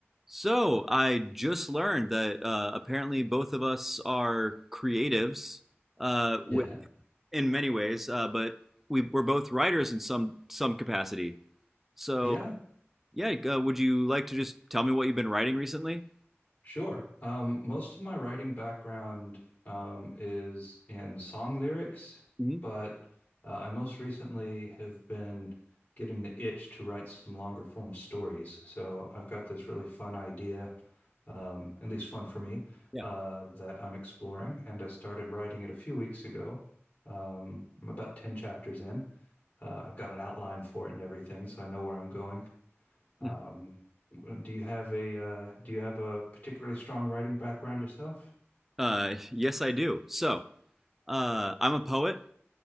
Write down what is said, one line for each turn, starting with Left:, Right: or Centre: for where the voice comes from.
Centre: So I just learned that uh, apparently both of us are creatives uh, wi-
Left: Yeah.
Centre: in many ways, uh, but we, we're both writers in some some capacity. So
Left: Yeah,
Centre: yeah, like, uh, would you like to just tell me what you've been writing recently?
Left: sure. Um, most of my writing background um, is in song lyrics,
Centre: hmm
Left: but uh, I most recently have been getting the itch to write some longer form stories. So I've got this really fun idea, um, at least fun for me,
Centre: Yeah.
Left: uh, that I'm exploring, and I started writing it a few weeks ago. Um, I'm about 10 chapters in. Uh, I've got an outline for it and everything, so I know where I'm going.
Centre: Mhm.
Left: Um, do you have a uh, do you have a particularly strong writing background yourself?
Centre: Uh, yes, I do. So uh, I'm a poet.